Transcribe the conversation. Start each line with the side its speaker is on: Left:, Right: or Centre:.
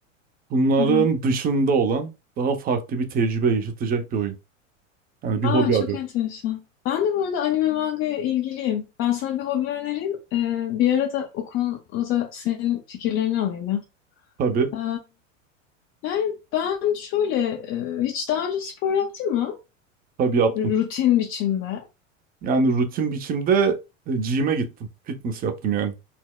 Right: Bunların
Left: Aha.
Right: dışında olan daha farklı bir tecrübe yaşatacak bir oyun. Yani bir
Left: Aa,
Right: hobi
Left: çok
Right: arıyorum.
Left: enteresan. Ben de bu arada anime mangaya ilgiliyim. Ben sana bir hobi önereyim. Ee, bir ara da o konuda senin fikirlerini alayım ya.
Right: Tabii,
Left: Ee, yani ben şöyle e, hiç daha önce spor yaptın mı?
Right: tabii yaptım.
Left: Rutin biçimde.
Right: Yani rutin biçimde e, gym'e gittim. Fitness yaptım yani.